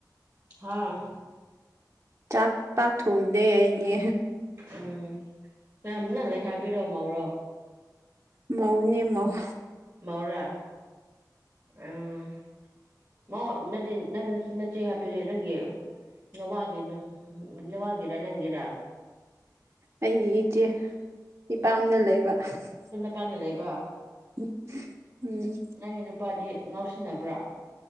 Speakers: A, on the right (about 20°); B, on the right (about 40°).
A: ꯍꯥꯥ
B: ꯆꯥꯛ ꯄꯥꯛ ꯊꯣꯡꯗꯦ ꯑꯩꯗꯤ
A: ꯎꯝ ꯌꯥꯝ ꯅꯪ ꯂꯩꯁꯥꯕꯤꯔꯣ ꯃꯧꯔꯣ
B: ꯃꯧꯅꯦ ꯃꯧ
A: ꯃꯧꯔꯥ ꯑꯥ ꯃꯧ ꯅꯠꯇꯦ ꯅꯪ ꯅ ꯅꯆꯦ ꯍꯥꯏꯕꯗꯨꯗꯤ ꯅꯪꯒꯤ ꯅꯋꯥꯗꯤ ꯅ ꯅ ꯅꯋꯥꯒꯤꯔꯥ ꯅꯪꯒꯤꯔꯥ
B: ꯑꯩꯒꯤ ꯏꯆꯦ ꯏꯄꯥꯝꯗ ꯂꯩꯕ <unintelligible>
A: ꯏꯄꯥꯝꯗ ꯂꯩꯕꯥ
B: <unintelligible> ꯎꯝ
A: ꯅꯪꯒꯤ ꯅꯨꯄꯥꯗꯤ ꯉꯥꯎꯁꯤꯟꯅꯕ꯭ꯔꯥ